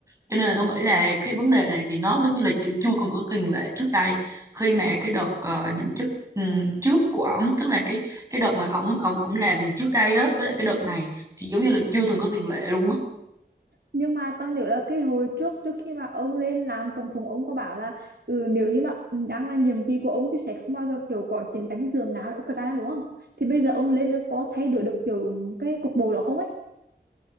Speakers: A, on the right; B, on the right.
A: cho nên là tôi nghĩ là cái vấn đề này thì nó giống như là kiểu chưa còn có tiền lệ trước đây khi mà cái đợt ờ, nhậm chức ừm, trước của ổng tức là cái cái đợt mà ổng ổng ổng làm trước đây đó với lại cái đợt này thì giống như là chưa từng có tiền lệ luôn á
B: Nhưng mà tao nhớ là cái hồi trước trước khi mà ông lên làm tổng thống ông có bảo là ừ, nếu như mà đang là nhiệm kỳ của ông thì sẽ không bao giờ kiểu có chiến tranh giường nào với Ukraine đúng không? Thì bây giờ ông lên được có thay đổi được kiểu cái cục bộ đó không ấy?